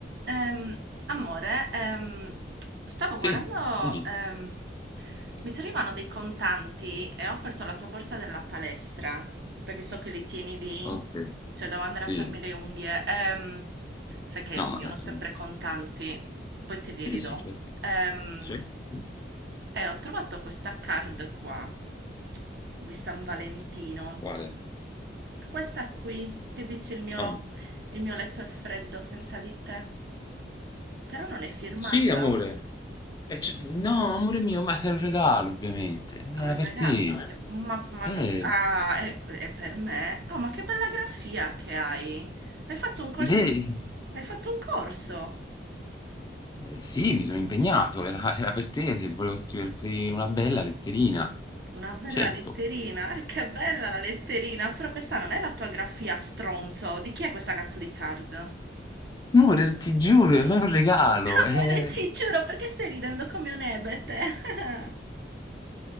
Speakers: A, on the right; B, on the left.
A: Ehm, amore, ehm, stavo
B: Sì,
A: guardando,
B: dimmi.
A: ehm, mi servivano dei contanti e ho aperto la tua borsa della palestra, perché so che li tieni lì,
B: Okay,
A: cioè devo andare
B: sì.
A: a farmi le unghie. Ehm, sai che
B: No,
A: vogliono
B: ma <unintelligible>
A: sempre contanti, poi te li
B: Sì,
A: ridò.
B: sì, certo,
A: Ehm,
B: certo, sì. sì.
A: e ho trovato questa card qua di San Valentino,
B: Quale?
A: questa qui che dice il mio,
B: Ah.
A: il mio letto è freddo senza di te. Però non è firmata.
B: Sì, amore. E c no, amore mio, ma è un regalo ovviamente, era
A: Ah, È un
B: per
A: regalo,
B: te.
A: ovvio. Ma, ma
B: Eh,
A: non- Ah, è, è per me. Oh, ma che bella grafia che hai. Hai fatto un corso
B: vedi?
A: di... Hai fatto un corso.
B: Sì, mi sono impegnato, era era per te che volevo scriverti una bella letterina.
A: Una bella
B: Certo.
A: letterina. Eh, che bella la letterina. Però questa non è la tua grafia, stronzo. Di chi è questa cazzo di card? <laughs>
B: Amore, ti giuro, è un regalo,
A: Amore,
B: eh
A: ti giuro, perché stai ridendo come un ebete? <laughs>